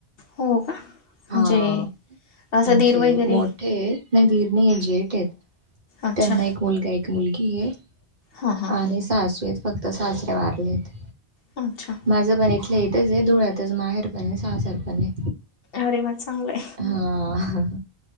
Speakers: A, on the left (about 65°); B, on the right (about 45°).
A: हो का. म्हणजे
B: हा म्हणजे
A: असं दीर वगैरे
B: मोठे नाही धीरणी आहे झेठ आहेत.
A: अच्छा
B: त्यांना एक मुलगा एक मुलगी आहे.
A: हां हां
B: आणि सासवीत फक्त सासऱ्या वारलेत.
A: अच्छा.
B: माझं पण इथलं इथंच आहे धुळ्यातच माहेर पण सासरपण आहे.
A: अरे वा चांगलंय
B: हा